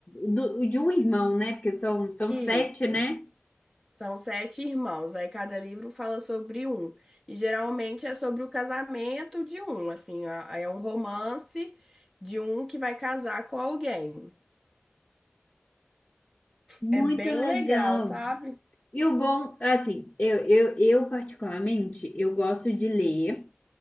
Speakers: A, on the left; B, in the centre.
A: do- de um irmão, né? Porque são, são
B: Isso.
A: sete, né?
B: São sete irmãos, aí cada livro fala sobre um. E geralmente é sobre o casamento de um, assim, a- é um romance de um que vai casar com alguém.
A: Muito
B: É bem
A: legal.
B: legal, sabe?
A: E o bom, assim, eu, eu, eu particularmente, eu gosto de ler